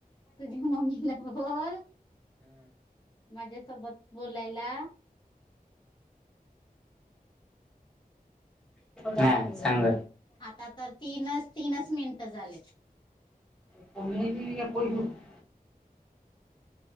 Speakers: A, on the left; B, in the centre.
A: तुझ्या मम्मीला बोल माझ्यासोबत बोलायला.
B: हा सांग
A: आता तर तीनच तीनच मिनिटं झालेत.
B: <unintelligible>